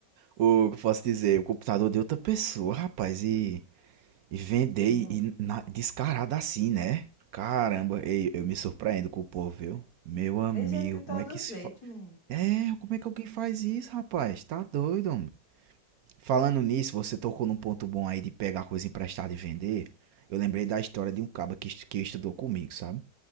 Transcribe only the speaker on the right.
o, que eu posso dizer, o computador de outra pessoa, rapaz, e, e vender
e, e na- descarado assim, né? Caramba, ei, eu me surpreendo com o povo, viu? Meu amigo,
como é que
se
É, como é que alguém faz isso, rapaz? Tá doido, homem. Falando nisso, você tocou num ponto bom aí de pegar coisa emprestada e vender. Eu lembrei da história de um caba que, est- que estudou comigo, sabe?